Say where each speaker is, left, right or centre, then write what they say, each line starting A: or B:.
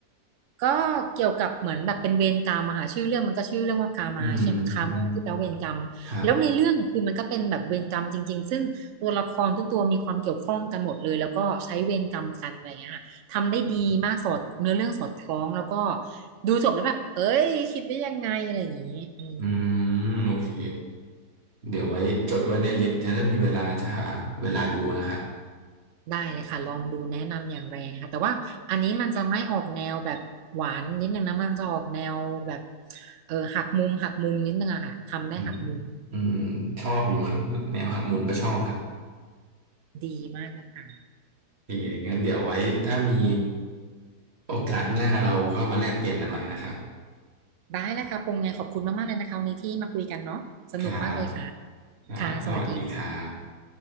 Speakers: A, on the right; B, on the right.
A: ก็เกี่ยวกับเหมือนแบบเป็นเวรกรรมอะค่ะชื่อเรื่องมันก็ชื่อเรื่องว่าคามาใช่ไหมคามาที่แปลว่าเวรกรรมแล้วในเรื่องคือมันก็เป็นแบบเวรกรรมจริงๆซึ่งตัวละครทุกตัวมีความเกี่ยวข้องกันหมดเลยแล้วก็ใช้เวรกรรมกันอะไรอย่างเงี้ยค่ะทำได้ดีมากสอดเนื้อเรื่องสอดคล้องแล้วก็
B: อืมอืมครับ
A: ดูจบแล้วแบบเอ้ยคิดได้ยังไงอะไรอย่างงี้อืม
B: อืมโอเคเดี๋ยวไว้จดไว้ในลิสต์นะถ้ามีเวลาจะหาเวลาดูนะครับ
A: ได้เลยค่ะลองดูแนะนำอย่างแรงค่ะแต่ว่าอันนี้มันจะไม่ออกแนวแบบหวานนิดนึงนะมันจะออกแนวแบบเออหักมุมหักมุมนิดนึงอะค่ะทำได้หักมุม
B: อืมอืมชอบอยู่ครับแนวหักมุมก็ชอบครับ
A: ดีมากนะคะ
B: โอเคงั้นเดี๋ยวไว้ถ้ามีโอกาสหน้าเราก็มาแลกเปลี่ยนกันใหม่นะครับ
A: ได้นะคะพงษ์ไงขอบคุณมากๆเลยนะคะวันนี้ที่มาคุยกันเนาะสนุกมากเลยค่ะ
B: ครับครับสวัสดีครับ
A: ค่ะสวัสดี